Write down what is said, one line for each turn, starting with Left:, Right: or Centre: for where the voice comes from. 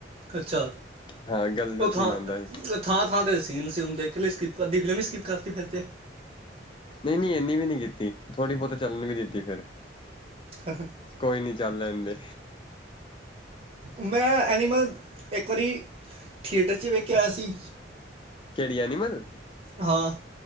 Right: ਅੱਛਾ!
Left: ਹਾਂ ਗੱਲ ਦਾ
Right: ਉਹ
Left: ਸੀਨ
Right: ਥਾਂ
Left: ਆਉਂਦਾ ਸੀ
Right: ਥਾਂ -ਥਾਂ ਤੇ ਸੀਨ ਸੀ। ਹੁੰਦੇ ਇਕ ਲਈ ਸਕਿੱਪ ਕਰਦੀ ਫਿਲਮ ਸਕਿੱਪ ਕਰਤੀ ਫਿਰ ਤੇ
Left: ਨਹੀਂ -ਨਹੀਂ, ਇੰਨੀ ਵੀ ਨੀ ਕੀਤੀ। ਥੋੜ੍ਹੀ ਬਹੁਤੀ ਚੱਲਣ ਵੀ ਦਿੱਤੀ। ਫਿਰ
Right: ਹਾਂ -ਹਾਂ
Left: ਕੋਈ ਨੀ ਚੱਲ ਲੈਂ ਦੇ
Right: ਮੈਂ ਐਨੀਮਲ ਇੱਕ ਵਾਰੀ ਠੇਟਰ 'ਚ ਵੇਖ ਕੇ ਆਇਆ ਸੀ।
Left: ਕਿਹੜੀ ਐਨੀਮਲ
Right: ਹਾਂ